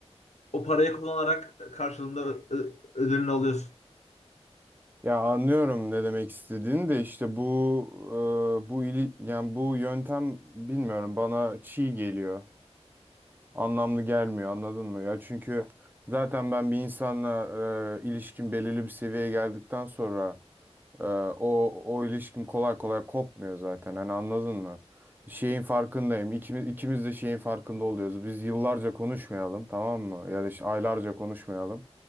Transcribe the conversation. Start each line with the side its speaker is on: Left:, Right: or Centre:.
Left: O parayı kullanarak karşılığında ö- ö- ödülünü alıyorsun.
Right: Ya anlıyorum ne demek istediğini de işte bu e, bu ili, yani bu yöntem bilmiyorum bana çiğ geliyor. Anlamlı gelmiyor anladın mı? Ya çünkü zaten ben bir insanla e, ilişkim belirli bir seviyeye geldikten sonra e, o o ilişkim kolay kolay kopmuyor zaten. Hani anladın mı? Şeyin farkındayım. İkimiz, ikimiz de şeyin farkında oluyoruz. Biz yıllarca konuşmayalım tamam mı? Ya da işte aylarca konuşmayalım.